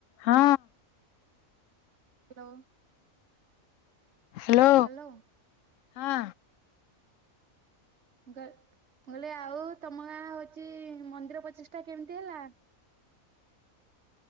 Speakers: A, on the left; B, on the right.
A: ହଁ।
B: Hello.
A: Hello
B: hello
A: ହଁ।
B: ମୁଁ କ ମୁଁ କହିଲି ଆଉ ତମର ହଉଚି ମନ୍ଦିର ପଚିଷ୍ଟା କେମତି ହେଲା?